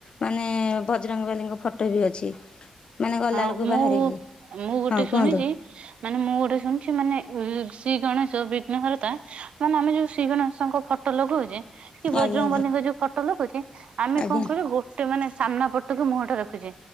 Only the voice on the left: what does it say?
ମାନେ ବଜରଙ୍ଗବାଲିଙ୍କ ଫଟୋ ବି ଅଛି। ମାନେ ଗଲା
ଏଳୁକୁ
ବାହାରିକି
ହଁ
କୁହନ୍ତୁ।
ଆଜ୍ଞା
ଆଜ୍ଞା